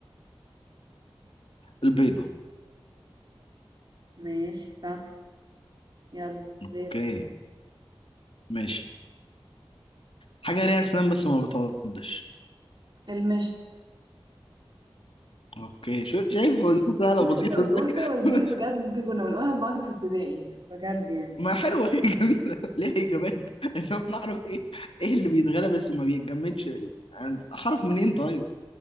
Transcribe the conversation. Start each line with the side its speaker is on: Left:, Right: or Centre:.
Left: البيضة
Right: ماشي صح يلا
Left: اوكي
Right: غير
Left: ماشي حاجة ليها اسنان بس ما بتعضش
Right: المشت
Left: اوكي شو شايف وظيفة سهلة
Right: لا
Left: وبسيطة
Right: انت
Left: ازاي
Right: بتقول فوازير
Left: <laughs>
Right: بجد كنا بنقولها لبعض في ابتدائي بجد يعني
Left: ما حلوة هي جميلة ليها اجابات انما نعرف ايه ايه اللي بيتغلى بس ما بيتجمدش يعني اعرف منين طيب